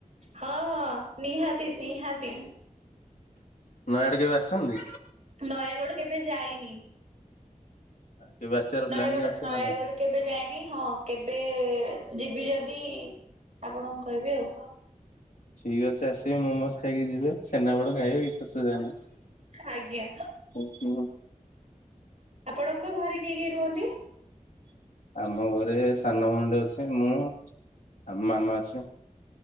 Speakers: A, on the right; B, on the left.
A: ହଁ ହଁ ନିହାତି ନିହାତି।
B: ନୟାଗଡ଼ କେବେ ଆସିଛନ୍ତି?
A: ନୟାଗଡ କେବେ ଯାଇନି?
B: କେବେ ଆସିବାର ପ୍ଲାନିଂ
A: ନୟାଗଡ
B: ଅଛି
A: ନୟାଗଡ
B: ନା ନାଇଁ?
A: କେବେ ଯାଇନି ହଁ କେବେ ଯି ବି ଯଦି ଆପଣଙ୍କୁ କହିବି ଆଉ।
B: ଠିକ୍ ଅଛି ଆସିବେ ମୁଁ ମୋମୋସ୍ ଖାଇକି ଯିବେ ଛେନା ପୋଡ଼ ଖାଇବେ କି ସେ ଜାଣିନି
A: ଆଜ୍ଞା। ଆପଣଙ୍କ ଘରେ କିଏ କିଏ ରୁହନ୍ତି?
B: ଆମ ଘରେ ସାନ ଭଉଣୀଟେ ଅଛି ମୁଁ ଆଉ ମାମା ଅଛି।